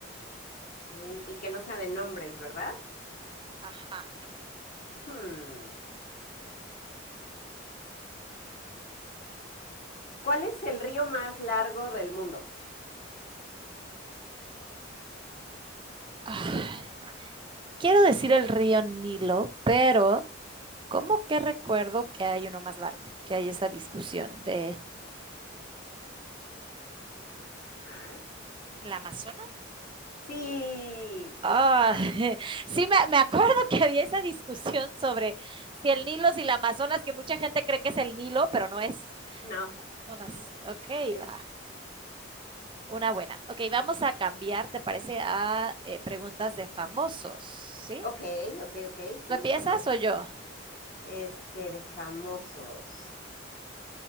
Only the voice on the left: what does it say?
Mm, Y que no sea de nombres, ¿verdad?
Hmm. ¿Cuál es el río más largo del mundo?
Ajá.
Sí.
No.
Es.
Ok, ok, ok. Sí,
de famosos.
Este, de famosos.